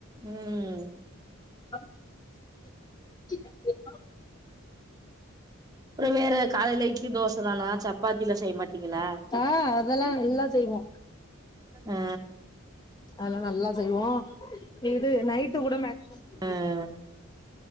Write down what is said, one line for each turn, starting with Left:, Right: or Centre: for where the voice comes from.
Right: உம்
Left: <unintelligible>
Right: வேற காலைலைக் இட்லி தோச தானா சப்பாத்திலா செய்ய மாட்டீங்களா
Left: ஆ அதெல்லா நல்லா செய்வோ
Right: அ
Left: அதெல்லா நல்லா செய்வோ இது நைட்டு கூட மேக்சிமம்
Right: ஆ